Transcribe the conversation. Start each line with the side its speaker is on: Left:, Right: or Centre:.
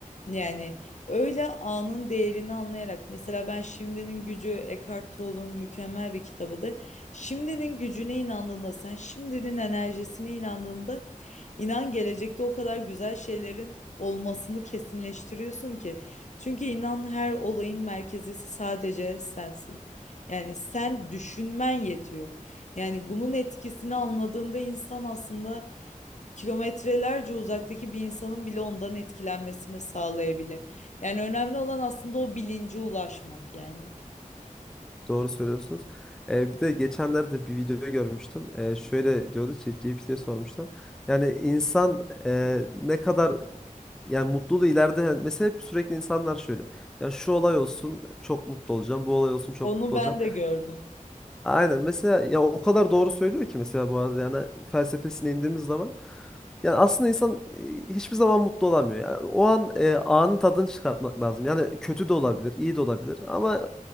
Left: Yani öyle anın değerini anlayarak mesela ben Şimdinin Gücü Eckhart Tolle'un mükemmel bir kitabıdır. Şimdinin gücüne inandığında sen şimdinin enerjisine inandığında İnan gelecekte o kadar güzel şeylerin olmasını kesinleştiriyorsun ki. Çünkü inan her olayın merkezi sadece sensin. Yani sen düşünmen yetiyor. Yani bunun etkisini anladığında insan aslında kilometrelerce uzaktaki bir insanın bile ondan etkilenmesini sağlayabilir. Yani önemli olan aslında o bilince ulaşmak yani.
Centre: Doğru söylüyorsunuz. Ee, bir de geçenlerde bir videoyu görmüştüm. Ee, şöyle diyordu, ChatGPT'ye sormuşlar. Yani insan e, ne kadar yani mutluluğu ileride yani mesela hep sürekli insanlar şöyle. Ya şu olay olsun çok mutlu olacağım. Bu olay olsun çok
Left: Onu
Centre: mutlu
Left: ben
Centre: olacağım.
Left: de gördüm.
Centre: Aynen mesela ya o kadar doğru söylüyor ki mesela bu arada yani felsefesine indiğimiz zaman yani aslında insan e, hiçbir zaman mutlu olamıyor. Yani o an e, anın tadını çıkartmak lazım. Yani kötü de olabilir, iyi de olabilir ama